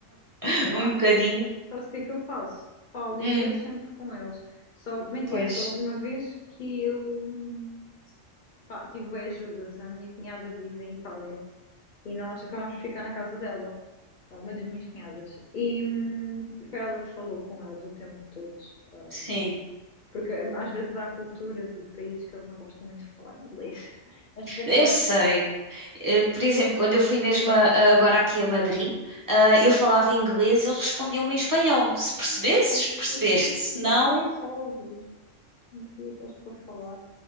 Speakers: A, on the right; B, on the left.
A: <laughs> Um
B: Ah,
A: bocadinho.
B: sabes o que é que eu faço? Falo
A: Hum,
B: inglês sempre com eles. Só, mentira,
A: pois,
B: só houve uma vez que eu hum, pá, tive bué ajudas. A minha cunhada vive em Itália e nós acabámos por ficar na casa dela. é uma das minhas cunhadas. E hum, foi ela que falou com eles o tempo todo. hum,
A: sim.
B: porque hum, às vezes há culturas e países que eles não gostam muito de falar inglês. <laughs> Mas por acaso,
A: Eu sei. Eh, Por exemplo, quando eu fui mesmo a- a- agora aqui a Madrid, ah, eu falava inglês e eles respondiam-me em espanhol. Se percebesses,
B: não, eles são,
A: percebeste.
B: eles são pre-
A: Se não.
B: preguiçosos. são Preguiçosos para falar.